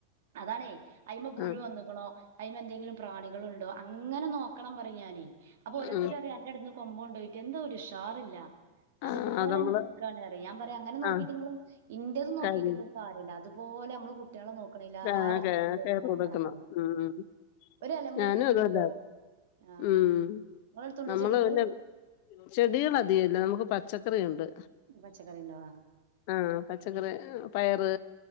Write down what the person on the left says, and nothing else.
ആഹ്
ആഹ്
ആഹ് അത് നമ്മള്
ആഹ്
കഴ്
ആഹ്
കെ കെയറ്
കൊടുക്കണം.
ഉം ഉം
ഞാനും
അതുപോലെ
ഉം
നമ്മള്
പിന്നെ ചെടികൾധികല്ല നമുക്ക് പച്ച ക്റുണ്ട്
ആഹ് പച്ചക്കറി പയറ്